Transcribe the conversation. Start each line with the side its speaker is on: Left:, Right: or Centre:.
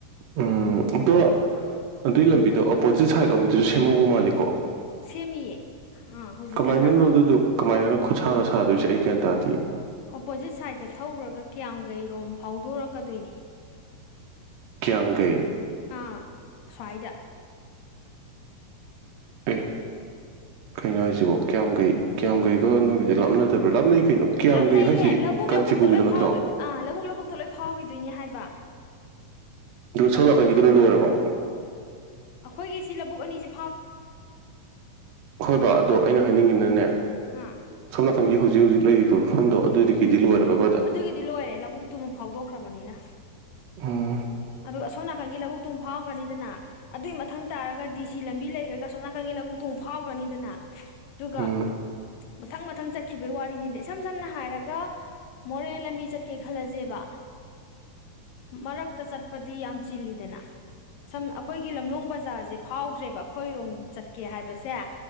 Right: ꯎꯝ ꯑꯇꯣ ꯑꯗꯨꯏ ꯂꯝꯕꯤꯗꯣ ꯑꯣꯄꯣꯖꯤꯠ ꯁꯥꯏꯠ ꯑꯒꯤꯗꯨꯁꯨ ꯁꯦꯝꯍꯧꯕ ꯃꯥꯜꯂꯤꯀꯣ
Left: ꯁꯦꯝꯃꯤꯌꯦ ꯑꯥ ꯍꯧꯖꯤꯛ
Right: ꯀꯃꯥꯏꯅꯅꯣ
Left: ꯀꯟꯅ
Right: ꯑꯗꯨꯗꯣ ꯀꯃꯥꯏꯅ ꯈꯨꯠꯁꯥꯅꯣ ꯁꯥꯗꯣꯏꯁꯦ ꯑꯩ ꯒ꯭ꯌꯥꯟ ꯇꯥꯗꯦ
Left: ꯑꯣꯄꯣꯖꯤꯠ ꯁꯥꯏꯗꯠꯇ ꯊꯧꯔꯒ ꯀ꯭ꯌꯥꯝꯡꯒꯩꯔꯣꯝ ꯐꯥꯎꯗꯣꯔꯛꯀꯗꯣꯏꯅꯤ
Right: ꯀꯌꯥꯝ ꯀꯩ
Left: ꯑꯥ ꯁ꯭ꯋꯥꯏꯗ
Right: ꯑꯦ ꯀꯩꯅꯣ ꯍꯥꯏꯁꯤꯕꯧ ꯀꯌꯥꯝꯈꯩ ꯀꯌꯥꯝꯒꯩꯒ
Left: ꯎꯝ
Right: ꯅꯣꯏꯒꯤꯁꯦ ꯂꯥꯞꯅꯗꯕ꯭ꯔꯥ ꯂꯥꯅꯩ ꯀꯩꯅꯣ ꯀꯌꯥꯝꯒꯩ
Left: ꯂꯥꯞꯅꯩꯌꯦ
Right: ꯍꯥꯏꯁꯤ
Left: ꯂꯧꯕꯨꯛ
Right: ꯀꯥꯟꯆꯤꯄꯨꯔꯒꯤꯗꯣ
Left: ꯂꯧꯕꯨꯛꯇ ꯂꯣꯏ
Right: ꯅꯠꯇ꯭ꯔꯣ
Left: ꯐꯥꯎꯈꯤ ꯑꯥ ꯂꯧꯕꯨꯛ ꯂꯧꯕꯨꯛꯇ ꯂꯣꯏ ꯐꯥꯎꯈꯤꯗꯣꯏꯅꯦ ꯍꯥꯏꯕ
Right: ꯑꯗꯨ ꯁꯣꯝ ꯅꯥꯀꯟꯒꯤꯗꯨꯅ ꯂꯣꯏꯔꯕ
Left: ꯑꯩꯈꯣꯏꯒꯤ ꯁꯤ ꯂꯧꯕꯨꯛ ꯑꯅꯤꯁꯤ
Right: ꯍꯣꯏ ꯕꯥ ꯑꯣ ꯑꯩꯅ ꯍꯥꯏꯅꯤꯡꯉꯤꯅꯅꯦ
Left: ꯑꯥ
Right: ꯁꯣꯝ ꯅꯥꯀꯟꯒꯤ ꯍꯧꯖꯤꯛ ꯍꯧꯖꯤꯛ ꯂꯩꯔꯤꯕ ꯃꯐꯝꯗꯣ ꯑꯗꯨꯏꯗꯒꯤꯗꯤ ꯂꯣꯏꯔꯕꯕ
Left: ꯑꯗꯨꯒꯤꯗꯤ ꯂꯣꯏꯔꯦ ꯂꯧꯕꯨꯛꯇꯨꯃ ꯐꯥꯎꯗꯣꯛꯈ꯭ꯔꯕꯅꯤꯅ
Right: ꯎꯝ
Left: ꯑ ꯑꯁꯣꯝ ꯅꯥꯀꯟꯒꯤ ꯂꯧꯕꯨꯛꯇꯨꯝ ꯐꯥꯎꯈ꯭ꯔꯅꯤꯗꯅ ꯑꯗꯨꯏ ꯃꯊꯪ ꯇꯥꯔꯒ ꯗꯤ ꯁꯤ ꯂꯝꯕꯤ ꯂꯩꯈ꯭ꯔꯒ ꯁꯣꯝꯅꯥꯀꯟꯒꯤ ꯂꯧꯕꯨꯛꯇꯣꯡ ꯐꯥꯎꯈ꯭ꯔꯅꯤꯗꯅ ꯑꯗꯨꯒ
Right: ꯎꯝ
Left: ꯃꯊꯪ ꯃꯊꯪ ꯆꯠꯈꯤꯕꯒꯤ ꯋꯥꯔꯤꯅꯤꯗ ꯏꯁꯝ ꯁꯝꯅ ꯍꯥꯏꯔꯒ ꯃꯣꯔꯦ ꯂꯝꯕꯤ ꯆꯠꯀꯦ ꯈꯜꯂꯁꯦꯕ ꯃꯔꯛꯇ ꯆꯠ ꯑꯄꯗꯤ ꯌꯥꯝ ꯆꯤꯜꯂꯤꯗꯅ ꯁꯝ ꯑꯩꯈꯣꯏꯒꯤ ꯂꯝꯂꯣꯡ ꯕꯖꯥꯔꯁꯦ ꯐꯥꯎꯗ꯭ꯔꯦꯕ ꯑꯩꯈꯣꯏꯔꯣꯝ ꯆꯠꯀꯦ ꯍꯥꯏꯕꯁꯦ